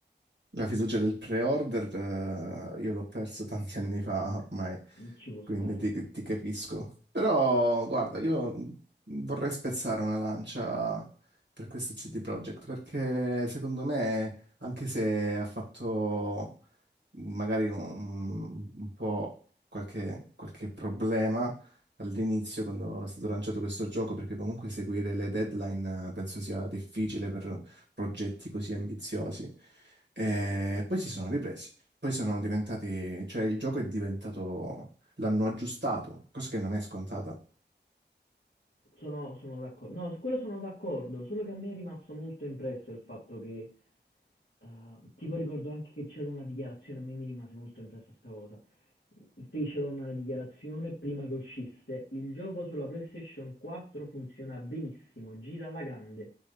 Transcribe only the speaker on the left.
ci può
stare.
Sono, sono d'accordo, no, su quello sono d'accordo, solo che a me è rimasto molto impresso il fatto che Ehm, tipo ricordo anche che c'era una dichiarazione, a me mi rimase molto impressa sta cosa. Fecero una dichiarazione prima che uscisse: il gioco sulla PlayStation 4 funziona benissimo, gira alla grande.